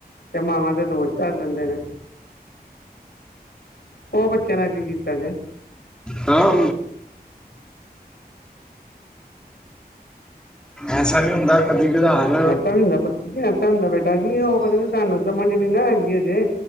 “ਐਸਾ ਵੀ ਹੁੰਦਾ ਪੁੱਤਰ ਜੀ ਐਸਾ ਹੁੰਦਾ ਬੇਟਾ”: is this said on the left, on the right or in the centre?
Left